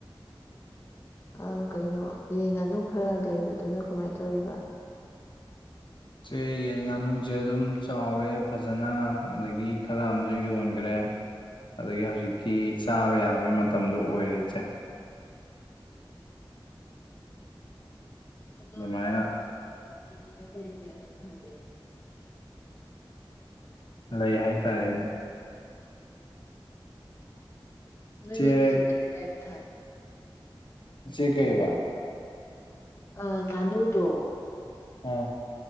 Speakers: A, on the left; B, on the left.
A: ꯑꯥ ꯀꯩꯅꯣ ꯌꯦꯟ ꯉꯥꯅꯨ ꯈꯔ ꯂꯩꯕꯗꯨꯅ ꯀꯃꯥꯏ ꯇꯧꯔꯤꯕ
B: ꯏꯆꯦ ꯌꯦꯟ ꯉꯥꯅꯨꯖꯦ ꯑꯗꯨꯝ ꯆꯥꯎꯔꯦ ꯐꯖꯅ ꯑꯗꯒꯤ ꯈꯔ ꯑꯝꯁꯨ ꯌꯣꯟꯈ꯭ꯔꯦ ꯑꯗꯒꯤ ꯍꯧꯖꯤꯛꯇꯤ ꯆꯥꯕ ꯌꯥꯕꯩ ꯃꯇꯝꯗꯣ ꯑꯣꯏꯔꯦ ꯏꯆꯦ
A: ꯑꯗꯣ
B: ꯑꯗꯨꯃꯥꯏꯅ
A: ꯀꯩ ꯀꯦꯖꯤꯗ ꯀꯌꯥ ꯀꯌꯥꯒ ꯊꯥꯒꯦ
B: ꯂꯩ ꯍꯥꯏꯇꯥꯔꯦꯅꯦ
A: ꯅꯣꯏꯅ
B: ꯏꯆꯦ
A: ꯀꯦꯖꯤꯗ ꯀꯌꯥ ꯊꯥꯒꯦ
B: ꯏꯆꯦ ꯀꯩꯑꯦꯕ
A: ꯑꯥ ꯉꯥꯅꯨꯗꯣ
B: ꯑꯥ